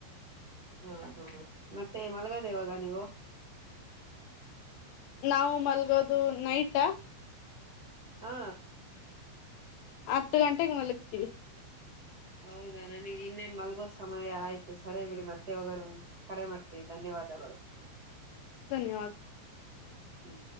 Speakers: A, on the right; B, on the left.
A: ಹಾ ಹಾ ಮತ್ತೆ ಮಲಗಾದೇವಾಗ ನೀವು
B: ನಾವು ಮಲ್ಗೋದು ನೈಟ
A: ಹಾ
B: ಹತ್ತು ಗಂಟೆಗೆ ಮಲಕ್ಕೀವಿ
A: ಹೌದಾ ನನಗ್ ಇನ್ನೇನ್ ಮಲ್ಗೋ ಸಮಯ ಆಯ್ತು ಸರಿ ಬಿಡಿ ಮತ್ತೆ ಒೋಗರು ಕರೆ ಮಾಡ್ತೀವಿ ಧನ್ಯವಾದಗಳು
B: ಧನ್ಯವಾದ
A: ಹ್ಮ್